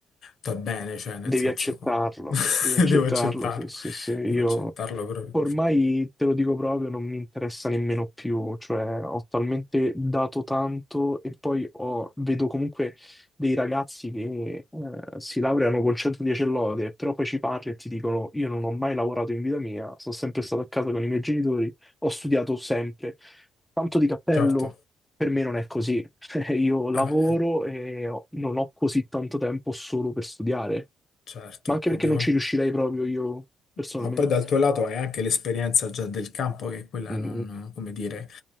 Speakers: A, on the left; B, in the centre.
A: va bene, cioè, nel
B: devi
A: senso,
B: accettarlo,
A: <laughs>
B: devi accettarlo,
A: devo accettarlo.
B: sì, sì, sì. Io
A: Devo accettarlo proprio.
B: Ormai te lo dico proprio, non mi interessa nemmeno più, cioè ho talmente dato tanto e poi ho- vedo comunque dei ragazzi che eh, si laureano con 110 lode, però poi ci parli e ti dicono io non ho mai lavorato in vita mia, sono sempre stato a casa con i miei genitori, ho studiato sempre. Tanto di cappello,
A: Certo,
B: per me non è così. <laughs> Io lavoro
A: vabbè,
B: e ho- non ho così tanto tempo solo per studiare,
A: certo,
B: ma anche perché
A: ovvio.
B: non ci riuscirei proprio io personalmente.
A: Ma poi dal tuo lato hai anche l'esperienza già del campo, che quella
B: Mm.
A: non, come dire,